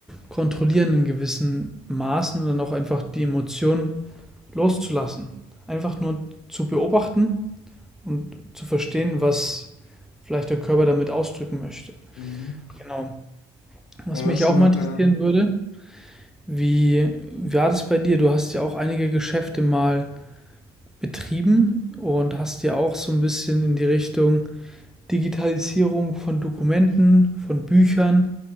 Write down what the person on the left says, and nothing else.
Mhm.
Ja, das
ist
ein,
äh,